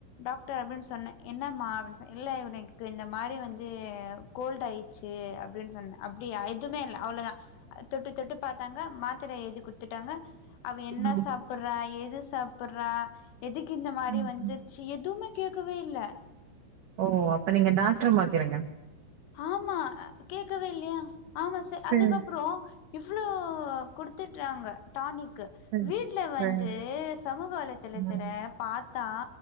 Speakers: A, on the left; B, on the right.
A: டாக்டர் அப்படின் சொன்னே என்னம்மா அப்படின் சொன் இல்ல இவனுக்கு இந்த மாரி வந்து கோல்ட் ஆயிடுச்சு ச அப்படின் சொன்ன அப் எதுமே இல்ல அவ்வளதா தொட்டு தொட்டு பாத்தாங்க மாத்திர எழுதி குடுத்துட்டாங்க அவ என்ன
B: ம்
A: சாப்பிடுறா எது சாப்படுறா எதுக்கு இந்த மாதிரி
B: ம்
A: வந்துருச்சு
B: ம்
A: எதுமே கேக்கவே இல்ல
B: ஓ அப்ப நீங்க டாக்ர பாக்கறிங்க
A: ஆமா கேட்கவே இல்லையா ஆமா ச
B: சேரி
A: அதுக்கப்புற இவ் அவ்ளோ கொடுத்துட்டறாங்க டானிக்
B: சேரி
A: வீட்ல வந்து
B: சேரி
A: சமூக வலைதளத்துல
B: ம்
A: பாத்தா